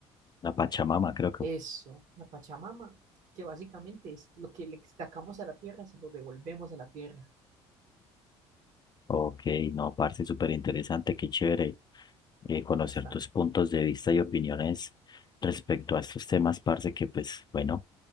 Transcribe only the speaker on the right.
Eso, la Pachamama, que básicamente es lo que le sacamos a la tierra, se lo devolvemos a la tierra,
bastante.